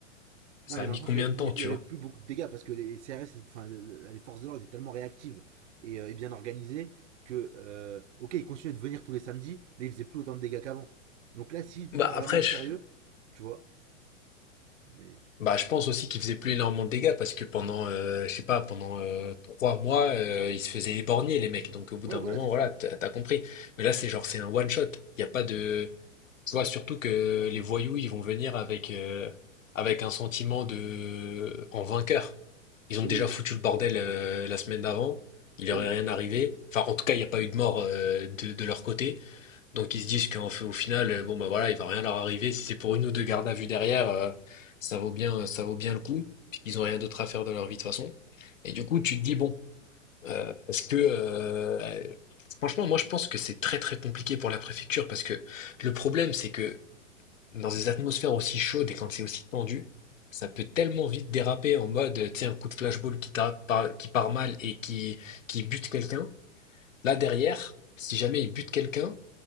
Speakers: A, on the left; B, on the right.
A: Ça
B: Non, mais
A: a
B: dans
A: mis
B: le sens
A: combien
B: où il y avait-
A: de temps, tu
B: il y, avait
A: vois?
B: plus beaucoup de dégâts, parce que les CRS, enfin, le- les forces de l'ordre étaient tellement réactives et, euh, et bien organisées que, euh, ok, ils continuaient de venir tous les samedis, mais ils faisaient plus autant de dégâts qu'avant. Donc là, s'ils prennent
A: Bah
B: vraiment
A: après,
B: au
A: je,
B: sérieux, tu vois, mais.
A: bah, je pense
B: Ouais,
A: aussi qu'il faisait plus énormément de dégâts parce que pendant, euh, je sais pas, pendant euh, trois mois, euh, ils se faisaient éborgner les mecs. Donc au bout
B: ouais,
A: d'un
B: voilà,
A: moment,
B: c'est
A: voilà,
B: ça.
A: t'as t'as compris. Mais là, c'est genre, c'est un one shot. Il y a pas de, tu vois, surtout que les voyous, ils vont venir avec euh, avec un sentiment de en vainqueur. Ils
B: Oui,
A: ont déjà
B: oui,
A: foutu le bordel euh, la semaine d'avant. Il
B: oui,
A: leur
B: oui,
A: est
B: bien
A: rien
B: sûr.
A: arrivé. Enfin, en tout cas, il n'y a pas eu de mort euh, de, de leur côté. Donc ils se disent qu'en fait, au final, euh, bon bah voilà, il va rien leur arriver. Si c'est pour une ou deux gardes à vue derrière, euh, ça vaut bien, euh, ça vaut bien le coup, puisqu'ils ont rien d'autre à faire de leur vie de toute façon. Et du coup, tu te dis, bon, euh, est-ce que euh, euh, franchement, moi je pense que c'est très très compliqué pour la préfecture, parce que le problème, c'est que dans des atmosphères aussi chaudes et quand c'est aussi tendu, ça peut tellement vite déraper en mode, euh, tu sais, un coup de flashball qui, tape par- qui part mal et qui, qui bute quelqu'un. Là derrière, si jamais il bute quelqu'un,